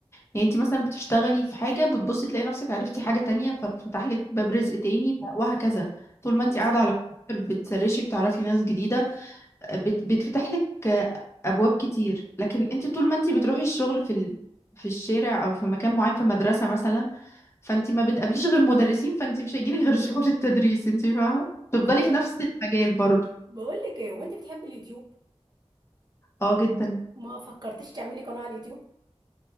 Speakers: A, on the left (about 25°); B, on the right (about 40°).
A: يعني انت مثلا بتشتغلي في حاجه بتبصي تلاقي نفسك عرفتي حاجه تانية فتفتح لك باب رزق تاني وهكذا طول ما انت
B: بالظبط
A: قاعده على الكمبيوتر بتسرشي بتعرفي ناس جديده بت بتفتح لك ابواب كتير لكن انت طول ما انت بتروحي الشغل في ال... في الشارع او في مكان معين في مدرسة مثلا فانت ما بتقابليش غير مدرسين فانت مش هيجيلك غير <laughs> شغل التدريس انت فاهمة تفضلي
B: اه
A: في نفس المجال برضه
B: بقول لك ايه وانت بتحبي اليوتيوب
A: اه جدا
B: ما فكرتيش تعملي قناه على اليوتيوب